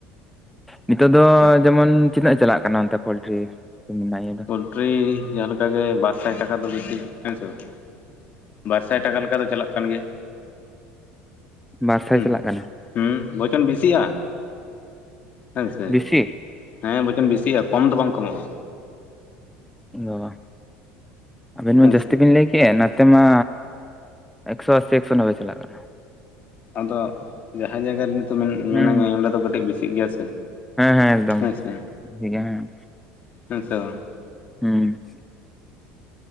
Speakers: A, in the centre; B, on the left (about 45°).
A: ᱱᱤᱛᱳᱜ ᱫᱚ
B: ᱟᱪᱪᱷᱟ
A: ᱡᱮᱢᱚᱱ ᱛᱤᱱᱟᱹᱜ ᱪᱟᱞᱟᱜ ᱠᱟᱱᱟ ᱚᱱᱛᱮ ᱯᱳᱞᱴ ᱴᱤ <inaudible>
B: ᱯᱳᱚᱞᱴᱨᱤ ᱡᱟᱦᱟᱸ ᱞᱮᱠᱟᱜᱮ ᱵᱟᱨ ᱥᱟᱭ ᱴᱟᱠᱟ ᱫᱚ ᱵᱤᱥᱤ ᱦᱮᱸ ᱥᱮ ᱵᱟᱝ, ᱵᱟᱨ ᱥᱟᱭ ᱴᱟᱠᱟ ᱞᱮᱠᱟ ᱫᱚ ᱪᱟᱞᱟᱜ ᱠᱟᱱ ᱜᱮᱭᱟ᱾
A: ᱵᱟᱨᱥᱟᱭ
B: ᱦᱩᱸ
A: ᱪᱟᱞᱟᱜ ᱠᱟᱱᱟ
B: ᱦᱩᱸ ᱵᱚᱪᱚᱱ ᱵᱮᱥᱤᱜ-ᱟ᱾ ᱦᱳᱭ ᱥᱮ
A: ᱵᱮᱥᱤ
B: ᱦᱮᱸ ᱵᱚᱪᱚᱱ ᱵᱮᱥᱤᱜ-ᱟ ᱠᱚᱢ ᱫᱚ ᱵᱟᱝ ᱠᱚᱢᱚᱜ-ᱟ᱾
A: ᱚ ᱟᱵᱤᱱ ᱢᱟ
B: ᱦᱮᱸ
A: ᱡᱟᱹᱥᱛᱤ
B: ᱥᱮ
A: ᱵᱤᱱ ᱞᱟᱹᱭ ᱠᱮᱜ-ᱟ ᱱᱛᱮ ᱢᱟ ᱮᱠᱥᱚ ᱟᱥᱤ ᱮᱠᱥᱚ ᱱᱚᱵᱵᱚᱭ ᱪᱟᱞᱟᱜ ᱠᱟᱱᱟ᱾
B: ᱟᱫᱚ ᱡᱟᱦᱟᱸ ᱡᱟᱭᱜᱟ ᱨᱮ ᱱᱤᱛᱚᱜ ᱢᱮᱱᱮ-ᱢᱤᱱᱟᱹᱧᱟ
A: ᱦᱩᱸ
B: ᱚᱸᱰᱮ ᱫᱚ ᱠᱟᱹᱴᱤᱡ ᱵᱮᱥᱤᱜ ᱜᱮᱭᱟ ᱥᱮ᱾
A: ᱦᱮᱸ ᱦᱮᱸ ᱮᱠᱫᱚᱢ
B: ᱦᱮᱸᱥᱮ
A: <inaudible> ᱜᱮᱭᱟ ᱦᱮᱸ᱾
B: ᱦᱮᱸ ᱥᱮ ᱵᱟᱝ
A: ᱦᱩᱸ